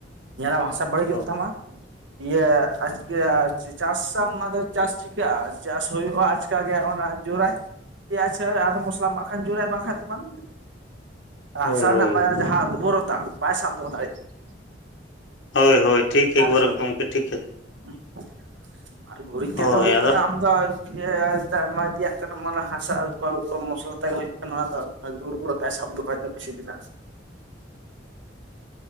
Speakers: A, on the right; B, on the left.
A: ᱧᱮᱞᱟᱢ ᱦᱟᱥᱟ ᱵᱟᱹᱲᱤᱡᱚᱜ
B: ᱦᱳᱭ
A: ᱛᱟᱢᱟ᱾ ᱤᱭᱟᱹ ᱟᱪᱠᱤ ᱟᱪ ᱪᱟᱥᱟᱢ ᱟᱫᱚ ᱪᱟᱥ ᱪᱤᱠᱟᱹᱜ-ᱟ ᱪᱟᱥ ᱦᱩᱭᱩᱜ-ᱟ ᱟᱪᱠᱟ ᱜᱮ ᱚᱱᱟ ᱡᱳᱨᱟᱭ᱾ ᱯᱮᱭᱟᱪ ᱟᱨ ᱢᱚᱥᱞᱟᱢ ᱮᱢᱟᱜ ᱠᱷᱟᱱ ᱡᱳᱨᱟᱭ ᱵᱟᱝᱠᱷᱟᱡ ᱫᱚ ᱵᱟᱝ᱾
B: ᱦᱳᱭ
A: ᱦᱟᱥᱟ
B: ᱦᱳᱭ
A: ᱨᱮᱱᱟᱜ ᱡᱟᱦᱟᱸ ᱩᱨᱵᱚᱨᱚᱛᱟ ᱵᱟᱭ ᱥᱟᱵ ᱫᱚᱦᱚ ᱫᱟᱲᱮᱜᱭᱟᱜ ᱠᱟᱱᱟ᱾
B: ᱦᱳᱭ ᱦᱳᱭ ᱴᱷᱤᱠ ᱮᱠᱵᱟᱨᱮ
A: ᱟᱨᱫᱚ
B: ᱜᱚᱢᱠᱮ ᱴᱷᱤᱠ
A: <inaudible> ᱟᱨ ᱜᱩᱨᱤᱡ
B: ᱦᱳᱭ
A: ᱛᱮᱫᱚ ᱦᱩᱭᱩᱜ
B: ᱟᱫᱚ
A: ᱠᱟᱱᱟ ᱟᱢ, ᱤᱭᱟ <unintelligible> ᱤᱫᱤᱭᱟᱜ ᱠᱟᱱᱟ ᱢᱮ ᱦᱟᱥᱟ ᱠᱚ ᱢᱚᱥᱞᱟ ᱛᱮ ᱦᱩᱭᱩᱜ ᱠᱟᱱᱟ ᱚᱱᱟ ᱫᱚ᱾ ᱦᱟᱲᱫᱩᱞ <inaudible> ᱛᱟᱭ ᱥᱟᱵ ᱫᱚᱦᱚᱭᱫᱟ ᱵᱤᱥᱤ ᱫᱤᱱ ᱟᱜ,
B: <inaudible>